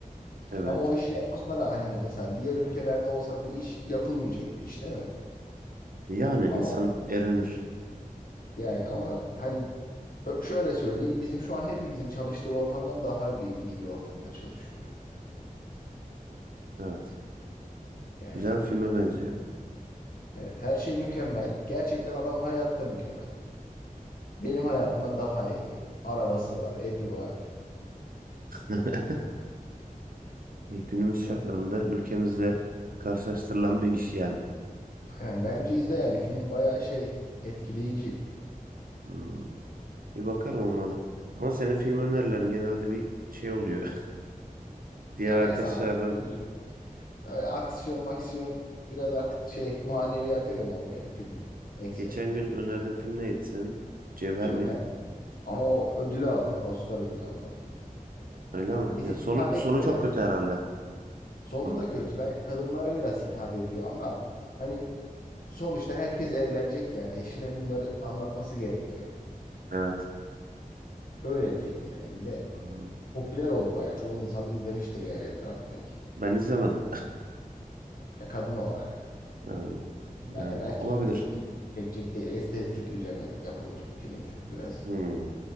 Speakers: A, on the right; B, on the left.
A: Evet.
B: Ama o işi yapmasına rağmen hani mesela diğer ülkelerde olsa bu iş yapılmayacak bir iş değil mi?
A: Yani insan
B: Ama
A: erinir.
B: yani ama hani ö- şöyle söyleyeyim. Bizim şu an hepimizin çalıştığı ortamdan daha bir iyi bir ortamda çalışıyor.
A: Evet.
B: Yani
A: Güzel bir filme benziyor.
B: evet her şey mükemmel. Gerçekten adam hayatta mükemmel. Benim hayatımdan daha iyi. Arabası var, evi var.
A: <laughs> E, günümüz şartlarında
B: Böyle.
A: ülkemizle karşılaştırılan bir iş yani.
B: Aynen bence izle yani. Film bayağı şey etkileyici.
A: Hmm, bir bakarım olmalı. Ama senin film önerilerin genelde bir şey oluyor. <laughs> Diğer
B: Ya
A: arkadaşlardan
B: ben sana izliyorum. Hani, e, aksiyon maksiyon biraz artık şey maneviyata yöneldi benim film eksenim.
A: geçen gün önerdiğin film neydi senin? Cevher
B: Cevher.
A: miydi?
B: Ama o ödül aldı. Oscar ödülü aldı o film.
A: Öyle ama
B: Ya bize
A: ya sonu
B: hitap
A: sonu
B: etmiyor
A: çok
B: belki.
A: kötü herhalde
B: Sonu
A: onun.
B: da kötü. Belki kadınlara biraz hitap ediyor ama hani sonuçta herkes evlenecek yani. Eşine bunları anlatması gerekiyor.
A: Evet,
B: Öyle bir film yani. Bir de
A: anladım.
B: Popüler oldu bayağı. Çoğu insan da izlemiştir yani etrafındaki.
A: Ben izlemedim.
B: Ya kadın olarak.
A: Ha, Yani,
B: Zaten erkeklerin
A: olabilir.
B: çok ilgi çekecek değil. Estetik üzerine yapılmış bir film çünkü biraz.
A: Hmm,